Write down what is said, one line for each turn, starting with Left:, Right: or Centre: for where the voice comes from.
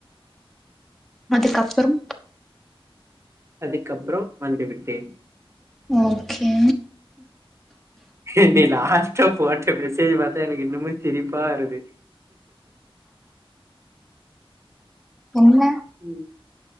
Centre: அதுக்கப்பறம்
Right: அதுக்கப்பற வந்து விட்டேன்
Centre: ஓகே
Right: என்னிலா போட்ட மெசேஜ்ஜ பாத்தா எனக்கு இன்னுமே சிரிப்ப வருது
Centre: என்ன
Right: ம்